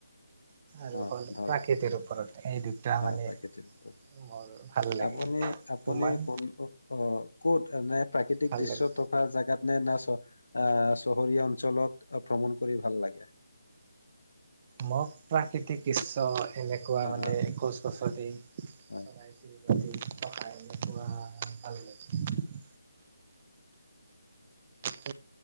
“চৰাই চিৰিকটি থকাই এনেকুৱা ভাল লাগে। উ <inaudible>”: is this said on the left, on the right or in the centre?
Right